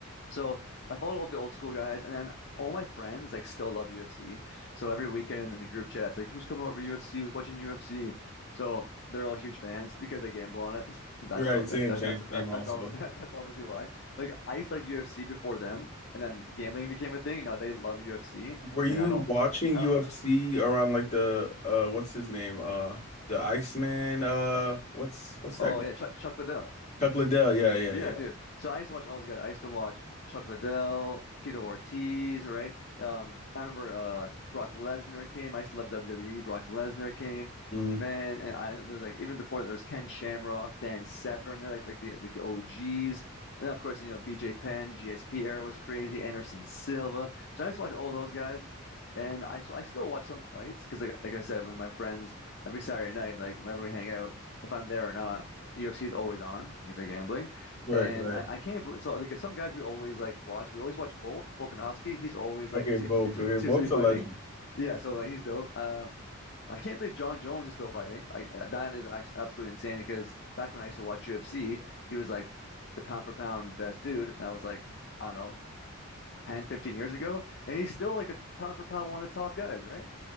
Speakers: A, on the left (about 50°); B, on the left (about 30°).
A: So I followed all the old school guys, and then all my friends like still love UFC. So every weekend in the group chat, it's like, who's coming over to UFC? Who's watching UFC? So they're all huge fans because I gamble on it. <laughs> That's
B: Right,
A: probably
B: same,
A: that, that's
B: same,
A: that's that,
B: same also.
A: that's obviously <laughs> that's obviously why. Like I used to like UFC before them, and then gambling became a thing. Now they love UFC,
B: Were you
A: and I don't.
B: watching
A: I
B: UFC
A: don't.
B: around like the uh what's his name? Uh the Iceman uh what's what's that?
A: Oh
B: guy?
A: yeah, Chuck, Chuck Liddell.
B: Chuck Liddell. Yeah, yeah,
A: Yeah,
B: yeah.
A: dude. So I used to watch all these guys. I used to watch Chuck Liddell, Tito Ortiz, right? Um, I remember uh Brock Lesnar came. I used to love WWE. Brock Lesnar came,
B: Mm,
A: man. And I there was like even before that there was Ken Shamrock, Dan Severn. They're like like the like the OGs. And then of course you know BJ Penn, GSP era was crazy. Anderson Silva. So I used to watch all those guys. And I so I still watch some fights because like like I said, when my friends every Saturday night, like whenever we hang out, if I'm there or not, UFC is always on because they're gambling.
B: right,
A: And
B: right.
A: I, I can't believe so like some guys we always like watch. We always watch Volk, Volkanovski. He's always like
B: Okay,
A: seems
B: Volk.
A: to be <laughs>
B: Okay, Volk's
A: seems to be fighting.
B: a legend.
A: Yeah, so like, he's dope. Um, I can't believe John Jones is still fighting. I, I- that is ac- absolutely insane because back when I used to watch UFC, he was like the pound for pound best dude. And that was like, I don't know, 10 15 years ago. And he's still like a pound for pound one of the top guys, right?